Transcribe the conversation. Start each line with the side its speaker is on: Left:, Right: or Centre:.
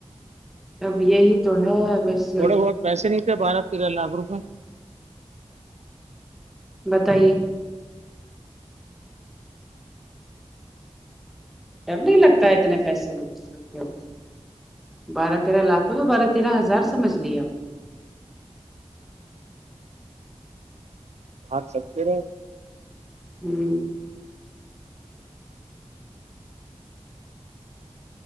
Centre: اب یہی تو ہے بس
Right: تھوڑے بہت پیسے نہیں تھے بارہ تیرہ لاکھ روپئے
Centre: بتائیے ڈر نہیں لگتا اتنے پیسے ستے ہو بارہ تیرہ لاکھ کو تو بارہ تیرہ ہزار سمجھ لیا
Right: بھان سبتے رہے <inaudible>
Centre: ہوں